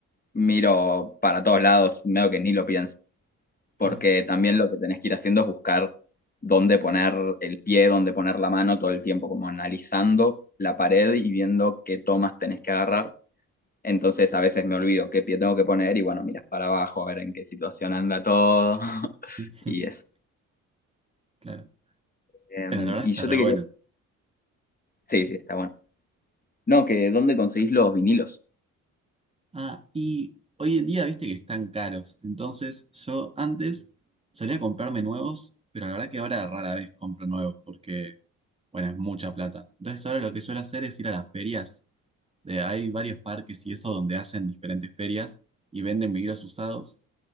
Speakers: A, on the left; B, on the right.
A: miro para todos lados, medio que ni lo pienso, porque
B: Claro.
A: también lo que tenés que ir haciendo es buscar dónde poner el pie, dónde poner la mano todo el tiempo, como analizando la pared y viendo qué tomas tenés que agarrar. Entonces a veces me olvido qué pie tengo que poner y bueno, miras para abajo a ver en qué situación anda todo. <laughs>
B: <laughs>
A: y es
B: Claro.
A: Em,
B: Bueno, la verdad
A: y
B: está
A: yo
B: re
A: te quería.
B: bueno.
A: Sí, sí, está bueno. No, que ¿dónde conseguís los vinilos?
B: Ah, y hoy en día viste que están caros. Entonces yo antes solía comprarme nuevos, pero la verdad que ahora rara vez compro nuevos porque, bueno, es mucha plata. Entonces ahora lo que suelo hacer es ir a las ferias De, hay varios parques y eso donde hacen diferentes ferias y venden vinilos usados.